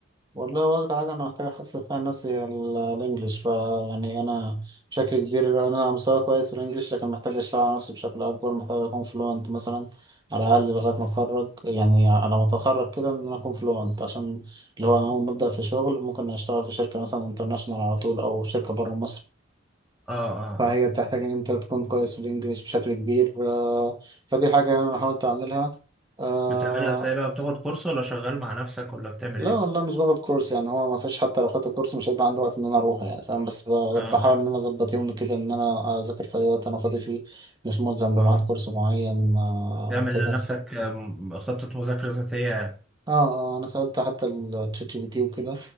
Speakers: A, on the right; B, in the centre.
A: والله هو أكتر حاجة أنا محتاج أحسن فيها نفسي هي ال- الإنجليش فيعني أنا بشكل كبير أنا مستوى كويس في الإنجليش لكن محتاج أشتغل على نفسي بشكل أكبر محتاج أكون فلوينت مثلا على الأقل لغاية ما أتخرج يعني على ما أتخرج كده إن أنا أكون فلوينت عشان اللي هو أول ما أبدأ في شغل ممكن أشتغل في شركة مثلا انترناشونال على طول أو شركة بره مصر
B: اه اه
A: فهي
B: اه
A: بتحتاج ان انت تكون كويس في الانجليش بشكل كبير آه، فدي حاجة يعني انا حاولت اعملها آه،
B: بتعملها ازاي بقى بتاخد كورس ولا شغال مع نفسك ولا بتعمل
A: لا
B: ايه
A: والله مش باخد كورس يعني هو ما فيش حتى لو خدت كورس مش هيبقى عندي وقت ان انا اروح يعني فاهم بس ب-
B: اه
A: بحاول ان انا اظبط يومي كده ان انا اذاكر في اي وقت انا فاضي فيه مش ملزم بميعاد
B: اه
A: كورس معين آه،
B: تعمل
A: كده
B: لنفسك آم، خطة مذاكرة ذاتية
A: اه اه انا سألت حتى الشات جي بي تي وكده